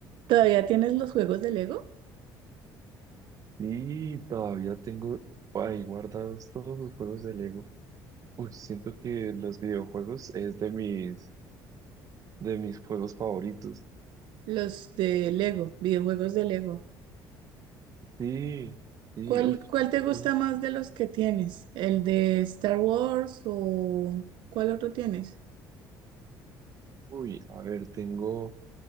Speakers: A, on the right; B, on the right.
A: ¿Todavía tienes los juegos de Lego?
B: Sí, todavía tengo ahí guardados todos los juegos de Lego. Uy, siento que los videojuegos es de mis, de mis juegos favoritos.
A: Los de Lego, videojuegos de Lego.
B: Sí, sí,
A: ¿Cuál,
B: uy,
A: cuál te gusta
B: ah,
A: más de los que tienes? ¿El de Star Wars o cuál otro tienes?
B: uy, a ver, tengo